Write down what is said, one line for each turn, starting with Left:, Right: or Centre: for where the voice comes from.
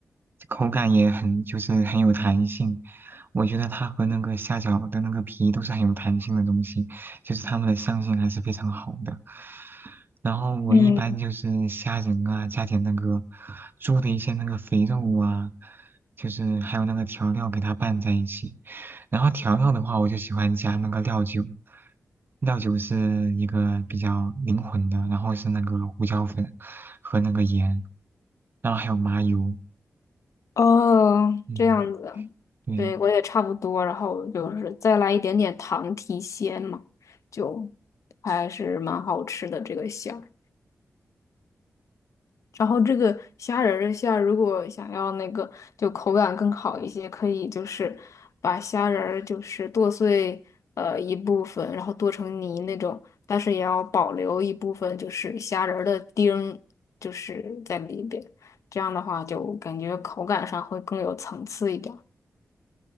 Right: 口感也很就是很有弹性。我觉得它和那个虾饺的那个皮都是很有弹性的东西，就是它们的相性还是非常好的。然后我一般就是虾仁啊，
Left: 嗯。
Right: 加点那个猪的一些那个肥肉啊，就是还有那个调料给它拌在一起。然后调料的话，我就喜欢加那个料酒，料酒是一个比较灵魂的，然后是那个胡椒粉和那个盐，然后还有麻油，
Left: 哦，
Right: 嗯。
Left: 这样子，
Right: 对
Left: 对，我也差不多，然后就是再来一点点糖提鲜嘛，就还是蛮好吃的这个馅儿。然后这个虾仁儿的馅儿，如果想要那个就口感更好一些，可以就是把虾仁儿就是剁碎呃一部分，然后剁成泥那种，但是也要保留一部分就是虾仁儿的丁儿，就是在里边，这样的话就感觉口感上会更有层次一点儿。